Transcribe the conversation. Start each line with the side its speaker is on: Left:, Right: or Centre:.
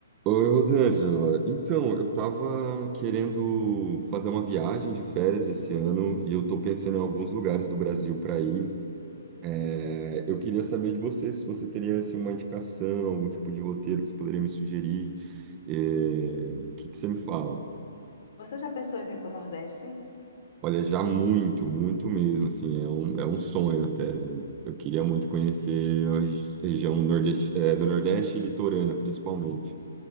Right: Oi, Rosângela. Então, eu estava querendo fazer uma viagem de férias esse ano e eu estou pensando em alguns lugares do Brasil para ir. É, eu queria saber de você se você teria assim, uma indicação, algum tipo de roteiro que você poderia me sugerir. É, o que que você me fala?
Left: Você já pensou em vir para o Nordeste?
Right: Olha, já muito, muito mesmo, assim, é um, é um sonho até. Eu, eu queria muito conhecer a regi- região nordeste, é, do Nordeste e litorânea, principalmente.